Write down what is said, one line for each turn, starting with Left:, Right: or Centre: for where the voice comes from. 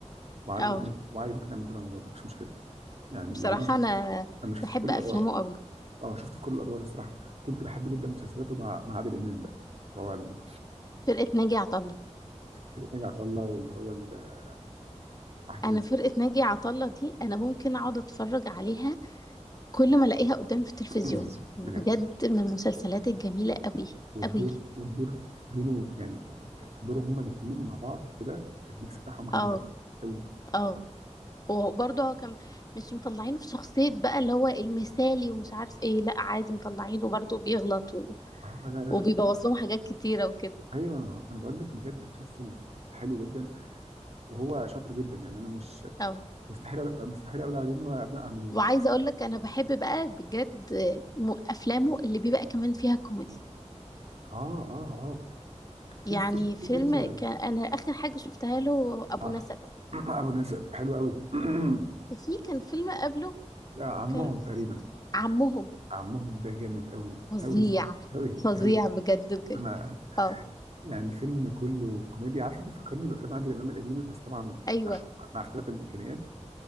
Right: وعادي
Left: اه
Right: ممكن وعادي ممكن نعمل دراما برضه مفيش مشكله يعني
Left: بصراحه
Right: يعني انا
Left: انا
Right: أنا شفت
Left: بحب
Right: في كل
Left: افلامه
Right: الادوار
Left: قوي
Right: اه شفت في كل الادوار الصراحه كنت بحب جدا مسلسلاته مع مع عادل امام بقى هو ال-
Left: فرقه ناجي عطا الله
Right: في ناجي عطا الله واللي هو ال- واحد تاني
Left: انا
Right: بس-
Left: فرقه ناجي عطا الله دي انا ممكن اقعد اتفرج عليها كل ما الاقيها
Right: اه
Left: قدامي في التلفزيون
Right: <clears throat>
Left: بجد
Right: بجد
Left: من المسلسلات الجميله قوي
Right: والدور
Left: قوي
Right: والدور بينه يعني دورهم هما الاثنين مع بعض كده الميكس بتاعهم جامد
Left: اه
Right: قوي قوي
Left: اه وبرضه هو كان مش مطلعينه في شخصية بقى اللي هو المثالي ومش عارف ايه لا عادي مطلعينه برضه بيغلط و-
Right: اه لا لا
Left: وبيبوظ
Right: لا
Left: لهم حاجات كتيرة وكده
Right: ايوه انا انا بقول لك بجد مسلسل حلو جدا وهو شاطر جدا يعني انا مش
Left: اه
Right: مستحيل أقول- مستحيل اقول عليه ان هو ابناء عاملين
Left: وعايزه اقول لك انا بحب بقى بجد م- افلامه اللي بيبقى كمان فيها كوميدي
Right: اه اه اه في
Left: يعني
Right: س-
Left: فيلم
Right: في فيلم
Left: كان انا اخر حاجه شفتها له ابو
Right: آه
Left: نسب
Right: <clears throat> ابو ناسب حلو قوي <clears throat>
Left: وفي كان فيلم قبله
Right: آه عمهم
Left: كان
Right: تقريبا
Left: عمهم
Right: عمهم ده جامد قوي
Left: فظيع
Right: قوي قوي
Left: فظيع
Right: قوي
Left: بجد بجد
Right: انا
Left: اه
Right: يعني فيلم كله كوميديا عارفه بيفكرني بافلام عادل امام القديمه بس طبعا
Left: ايوه
Right: مع مع اختلاف الامكانيات